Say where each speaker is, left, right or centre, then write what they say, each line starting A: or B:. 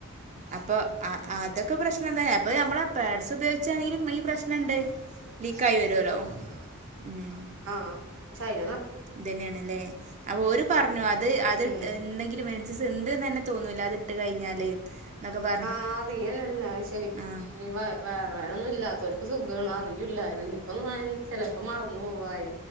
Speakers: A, on the right (about 35°); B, on the right (about 65°).
A: അപ്പൊ അ അതൊക്കെ പ്രശ്നം എന്താ അപ്പൊ നമ്മള പാഡ്സ് ഉപയോഗിച്ചാണെങ്കിലും ഈ പ്രശ്നണ്ട് ലീ ലീക്കായി വരുവല്ലോ ഉം
B: ആ സയി
A: ഇതന്നേണല്ലേ അപ്പൊ ഓര് പറഞ്ഞു അത് അത്
B: ഉം
A: ഇണ്ടെങ്കില് മെൻ സസ് ഉണ്ട്ന്ന് തന്നെ തോന്നൂല്ല അത് ഇട്ട് കഴിഞ്ഞാല് എന്നൊക്കെ പറഞ്ഞു
B: ആ അറിയാന്നല്ല ശരിക്ക്
A: ആഹ്
B: വ വയറ് വേദ നൊന്നും ഇല്ലാത്തോരിക്ക് സുഗോണ് അറിയുല്ല ഇതെനിക്കൊന്നു ആയ ഞാൻ ചെലപ്പോ മറന്നോവും ആയെ